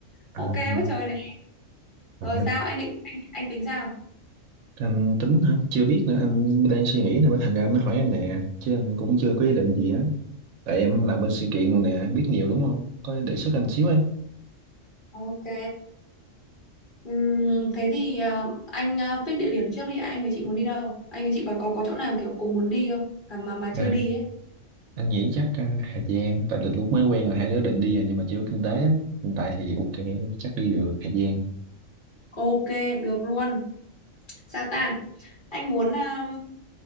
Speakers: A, on the left; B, on the right.
A: Ok
B: anh,
A: quá trời này.
B: ờ,
A: Rồi sao anh định anh anh tính sao?
B: anh tính hả Chưa biết nữa anh đang suy nghĩ nè bởi Thành ra mới hỏi em nè Chứ anh cũng chưa có ý định gì á Tại em làm bên sự kiện rồi nè Biết nhiều đúng không Có đề xuất anh xíu em
A: Ok. Ừm, thế thì à, anh à, pick địa điểm trước đi, anh với chị muốn đi đâu? Anh với chị có có có chỗ nào kiểu cùng muốn đi không? À, mà mà chưa
B: à,
A: đi ấy.
B: Anh nghĩ chắc à, Hà Giang Tại từ lúc mới quen là hai đứa định đi rồi Nhưng mà chưa có kinh tế á Hiện tại thì ok chắc đi được Hà Giang
A: Ok, được luôn. Sao ta? Anh muốn um,